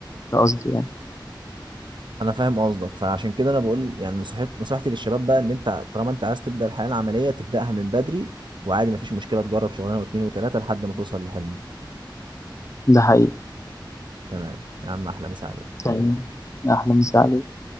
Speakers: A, on the left (about 40°); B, on the right (about 70°).
A: ده قصدي يعني
B: انا فاهم قصدك فعشان كده انا بقول يعني نصيحتي نصيحتي للشباب بقى ان انت طالما انت عايز تبدا الحياه العمليه تبداها من بدري وعادي مفيش مشكله تجرب شغلانه واتنين وتلاته لحد ما توصل لحلمك
A: ده حقيقي
B: تمام يا عم احلى مسا عليك
A: طب تمام احلى مسا عليك